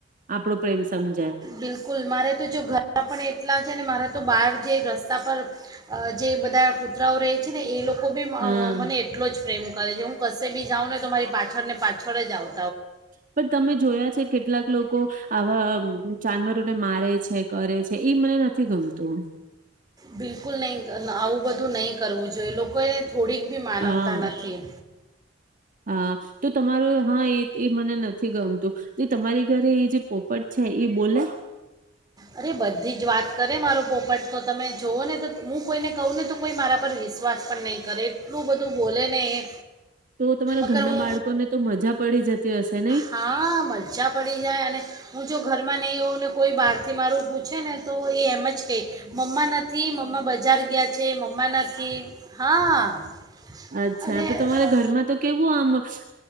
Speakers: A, on the right; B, on the right.
A: આપણો પ્રેમ સમજે
B: બિલકુલ મારે તો જો ઘર પણ એટલા છે ને મારા તો બહાર જે રસ્ તા પર અ જે બધા કૂતરાઓ રહે છે ને એ લોકો કો બી
A: હા
B: મને એટલો જ પ્રેમ કરે છે હું કશે બી જાઉં ને તો મારી પાછળને પાછળ જ જાઉં.
A: પણ તમે જોયા છે કેટલાક લોકો આવા જાનવરોને મારે છે કરે છે એ મને નથ નથી ગમતું.
B: બિલકુલ નહીં અ આવું બધું નહીં કરવું જોઈએ. લોકોને થોડીક બી
A: હા
B: માનવતા નથી.
A: હા તો તમારો હા એ એ મને નથી ગમતું તમારી ઘરે એ જે પોપટ છે એ બોલે?
B: અરે બધી જ વાત કરે મારો પોપટ તો. તમે જોવ ને તો હું કોઈને કહું ને તો કોઈ મારા પર વિશ્વાસ પણ નહીં કરે એટલું બધું બોલે ને એ.
A: તો તમારા
B: અગર
A: ઘરના
B: હુ,
A: બાળકોને તો મજા પડી જતી હશે નઈ
B: હા મજા પડી જાય અને હું જો ઘર મને એવુ ન કોઈ બાર થી મારું પૂછે ને તો એ એમ જ કેય મમ્મા નથી મમ્મા બ જાર ગ્યા છે મમ્મા નથી. હા
A: અ અચ્છા
B: અને
A: તો તમારે
B: અ,
A: ઘરમાં તો કેવું આમ અ ખુશ